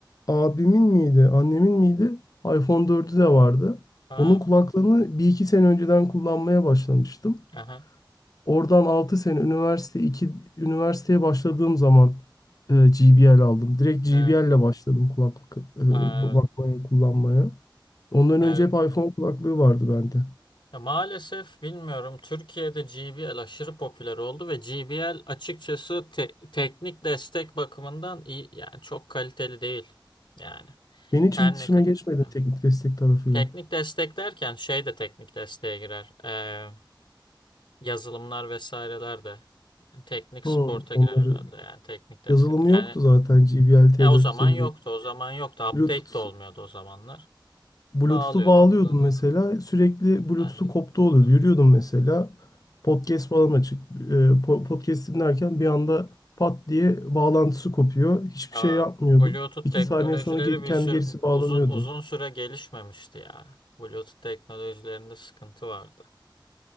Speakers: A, on the left; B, on the left.
A: abimin miydi, annemin miydi? iPhone 4'ü de vardı.
B: Ha,
A: Onun kulaklığını bir iki sene önceden kullanmaya başlamıştım.
B: aha.
A: Oradan 6 sene üniversite 2 üniversiteye başladığım zaman e, GBL aldım. Direkt GBL
B: Evet,
A: ile başladım kulaklık e,
B: evet,
A: bakmaya, kullanmaya. Ondan
B: evet.
A: önce hep iPhone kulaklığı vardı bende.
B: Ya maalesef bilmiyorum Türkiye'de GBL aşırı popüler oldu ve GBL açıkçası te- teknik destek bakımından iyi yani çok kaliteli değil. Yani
A: Ben hiç
B: her
A: iletişime
B: ne kadar.
A: geçmedim
B: evet.
A: teknik destek tarafıyla.
B: Teknik destek derken şey de teknik desteğe girer. Ee, yazılımlar vesaireler de Yani teknik sporta
A: Hı, onları
B: girer herhalde yani teknik destek.
A: yazılımı yoktu
B: Yani
A: zaten GBL T450.
B: ya o zaman yoktu o zaman yoktu update
A: Bluetooth
B: de olmuyordu o zamanlar.
A: Bluetooth'u
B: Bağlıyordun
A: bağlıyordum
B: kullanıyordun.
A: mesela. Sürekli
B: Yani
A: Bluetooth'u
B: Dandik
A: koptu
B: buluyordu.
A: oluyordu. Yürüyordum mesela. Podcast falan açık. E, po- podcast dinlerken bir anda pat diye bağlantısı kopuyor. Hiçbir
B: Ya,
A: şey yapmıyordum.
B: Bluetooth
A: İki
B: teknolojileri
A: saniye sonra geri,
B: bir
A: kendi
B: sürü,
A: gerisi bağlanıyordu.
B: uzun uzun süre gelişmemişti ya. Bluetooth teknolojilerinde sıkıntı vardı.